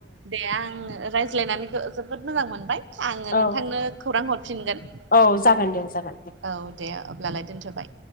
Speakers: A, on the right; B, on the left.
A: दे आङो रायज्लायनानै जोबोद मोजां मोनबाय आङो
B: औ
A: नोंथांनो खौरां हरफिनगोन
B: औ जागोन दे जागोन दे।
A: औ दे अब्लालाय दोनथ'बाय।